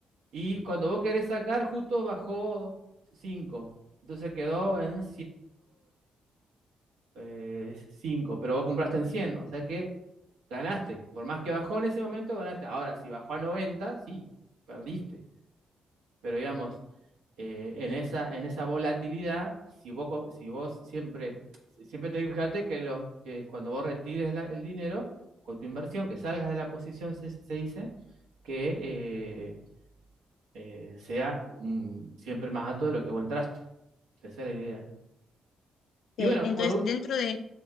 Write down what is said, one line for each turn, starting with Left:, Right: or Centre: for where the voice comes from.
Right: Y cuando vos querés sacar, justo bajó cinco, Entonces quedó en 105, pero vos compraste en 100, o sea que ganaste. Por más que bajó en ese momento, ganaste. Ahora, si bajó a 90, sí, perdiste. Pero digamos, eh, en esa, en esa volatilidad, si vos, co- si vos siempre, siempre tenés que fijarte que, los, que cuando vos retires la- el dinero o tu inversión, que salgas de la posición, se, se dice, que eh, eh, sea mm, siempre más alto de lo que vos entraste. Esa es la idea.
Left: Ok,
Right: Y bueno,
Left: entonces
Right: por último,
Left: dentro de,